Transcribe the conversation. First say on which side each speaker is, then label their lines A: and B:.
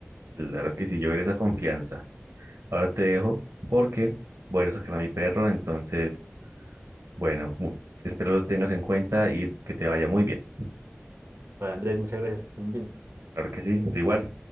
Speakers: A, on the right; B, on the right.
A: Claro que sí, yo ver esa confianza. Ahora te dejo porque voy a ir a sacar a mi perro, entonces, bueno, mu- espero lo tengas en cuenta y que te vaya muy bien.
B: Para Andrés, muchas gracias, que estén bien.
A: Claro que sí, tú igual.